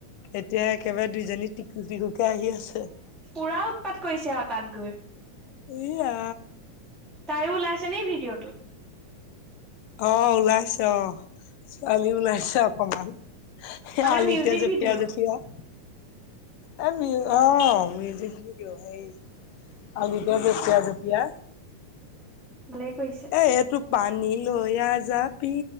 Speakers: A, on the left; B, in the centre.
A: এতিয়া একেবাৰে দুইজনী টিকু টিকুকে আহি আছে।
B: পোৰা ওত উতপাত কৰিছে আও তাত গৈ।
A: ই আ
B: তাইও ওলাইছে নেকি ভিডিঅ'টোত?
A: অ ওলাইছে অ ছোৱালী ওলাইছে অকমান। হে
B: মানে
A: আলিতে
B: মিউজিক
A: জপিয়াই
B: ভিডিঅ'
A: জপিয়াই। এই মিউ অ মিউজিক ভিডিঅ সেই আলিতে জপিয়া জপিয়াই।
B: ভালে কৰিছে।
A: এ এইটো পানী লৈয়া জাপি